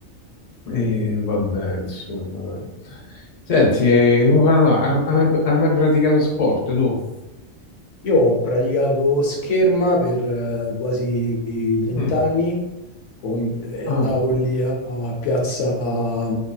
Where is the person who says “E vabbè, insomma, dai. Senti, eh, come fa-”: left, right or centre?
Left